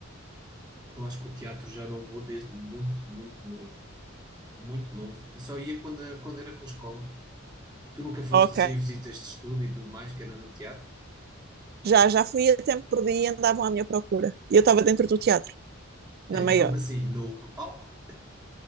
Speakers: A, in the centre; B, on the right.
A: Eu acho que o teatro já não vou desde muito, muito novo. Muito novo. E só ia quando era, quando era com a escola. Tu nunca foste
B: Ok.
A: assim a visitas de estudo e tudo mais, que era no teatro?
B: Já, já fui a tempo perdi e andavam à minha procura. E eu estava dentro do teatro,
A: <laughs>
B: na maior.
A: Como assim? No, no palco?